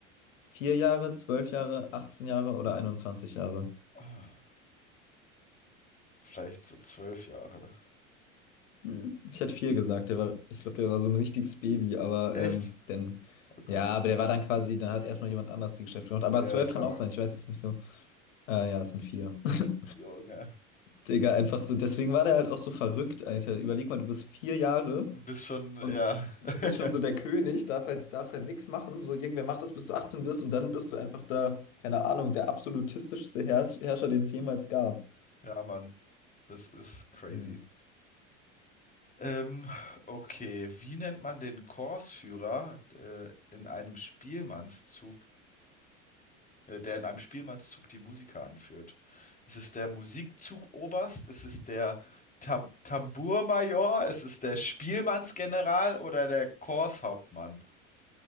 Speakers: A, on the left; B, on the left.
A: Vier Jahre, zwölf Jahre, 18 Jahre oder 21 Jahre?
B: Ah, Vielleicht so zwölf Jahre.
A: Hm. Ich hätte vier gesagt, der war, ich glaube, der war so ein richtiges Baby, aber
B: Echt?
A: ähm, denn,
B: Oh Gott.
A: ja, aber der war dann quasi, dann hat erstmal jemand anders die Geschäfte gemacht. Aber
B: Ja,
A: zwölf
B: klar.
A: kann auch sein, ich weiß es nicht so. Äh, ja, es sind vier. <laughs>
B: Junge.
A: Digga, einfach so. Deswegen war der halt auch so verrückt, Alter. Überleg mal, du bist vier Jahre
B: Bist schon,
A: und
B: ja.
A: bist
B: <laughs>
A: schon so der König, darf halt, darfst halt nichts machen. So, irgendwer macht das, bis du 18 wirst und dann bist du einfach da, keine Ahnung, der absolutistischste Herrs Herrscher, den es jemals gab.
B: Ja, Mann. Das ist crazy.
A: Hm.
B: Ähm, okay, wie nennt man den Chorsführer äh, in einem Spielmannszug, äh, der in einem Spielmannszug die Musiker anführt? Ist es der Musikzugoberst? Ist es der Tam Tambourmajor? Ist es der Spielmannsgeneral oder der Chorshauptmann?